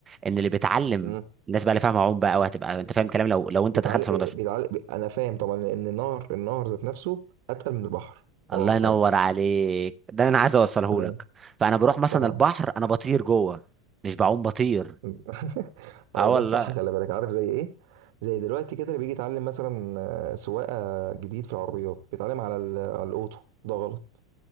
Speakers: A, on the right (about 20°); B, on the right (about 65°).
A: ان اللي بيتعلم
B: مم.
A: الناس بقى اللي فاهمه عوم بقى وهتبقى انت فاهم كلام لو لو انت
B: بيتعلق
A: دخلت في الموضوع
B: بيتعلق بي- انا فاهم طبعا ان النهر النهر ذات نفسه اتقل من البحر اه
A: الله ينور
B: عارف
A: عليك ده اللي انا عايز اوصله
B: تمام
A: لك فانا بروح مثلا
B: طبعا
A: البحر انا بطير جوه مش بعوم بطير
B: <laughs>
A: اه
B: هو ده
A: والله
B: الصح خلي بالك عارف زي ايه زي دلوقتي كده اللي بيجي يتعلم مثلا آه، سواقه جديد في العربيات بيتعلم على ال- على الاوتو ده غلط